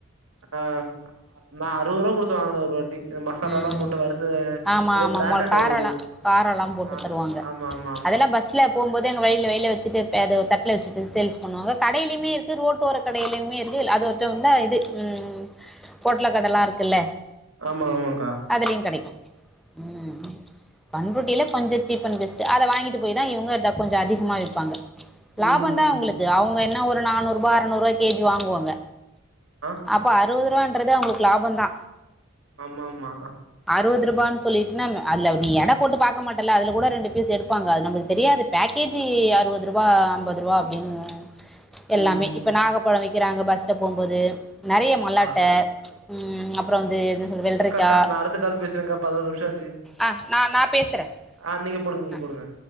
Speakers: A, on the right; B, in the centre.
A: ஆ நா அறுவருவா குடுத்து வாங்குன ஒரு வாட்டி மசாலாலா
B: ம்
A: போட்டு வறுத்து
B: ஆமா
A: ஏதோ
B: ஆமாமா
A: பிராண்டட்
B: காரோல்லா
A: ஓடுது
B: காரோ எல்லாம் போட்டு
A: ஆ
B: தருவாங்க
A: ஆ, ஆமா ஆமா ஆமா
B: அதெல்லா பஸ்ல போம் போது எங்க வழில வெயில்ல வெச்சுட்டு பேதோர் தட்ல வெச்சுட்டு சேல்ஸ் பண்ணுவாங்க கடையிலிமே
A: ம்.
B: இருக்கு ரோட்டோரத் கடையிலுமே இருக்கு இல் அது ஒர் கிட்ட வந்தா இது ம் பொட்ல கடலா இருக்குல்ல
A: ஆமா ஆமாங்
B: அதுலையுங் கெடைக்கு ம் பண்ருட்டியில கொஞ்சோ சீப் அண்ட் பெஸ்ட்டு அத வாங்கிட்டு போய்தா இவங்கட்ட கொஞ்சோ அதிகமா விப்பாங்க லாபந்தா
A: ம் ம்
B: அவங்களுக்கு
A: ம்
B: அவங்க என் என்ன ஒரு நானூ ரூபா அறுநூறுவா கேஜி வாங்குவாங்க
A: ஆ
B: அப்ப அ றுவதுருவான்றது அவுங்களுக்கு லாபந்தா
A: ஆமாமா
B: அறுவது ருபான் சொல்லிட்டு நம் அதுல நீ எட போட்டு பாக்க மாட்டல்ல அதுல கூட ரெண்டு பீஸ் எடுப்பாங்க அது நம்ளு தெரியாது பேக்கேஜி அறுவது ருபா அம்பது ருவா அப்டின் எல்லாமே
A: ம்
B: இப்ப நாகப்பழ வி க்கிறாங்க பஸ்ல போம்போது நெறைய மல்லாட்ட
A: ஆ
B: ம் அப் ற வந்து எது சொல்ற வெள்ரி
A: கா நா அடுத்த கால் பேசுறேக்கா பதினோரு நிமிஷ ஆச்சு
B: ஆ நான் நான் பேசுகிறேன்
A: ஆ நீங்க போடுங்க நீங்க
B: ஆ
A: போடுங்க